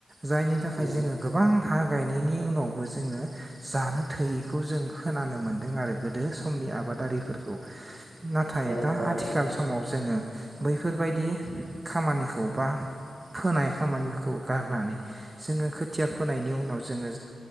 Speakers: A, on the right; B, on the right.
A: जायनि थाखाय
B: उम
A: जोङो गोबां हा गायनायनि उनावबो जोङो जानो थोयैखौ जों खोनानो मोन्दों आरो गोदो समनि आबाद आबादारिफोरखौ नाथाय
B: औ
A: दा
B: थारैनो
A: आथिखाल
B: नोंथां
A: समाव जोङो बैफोरबायदि खामानिखौ बा फोनाय खामानिफोरखौ गारनानै जोङो खोथिया फोनायनि उनाव जोङो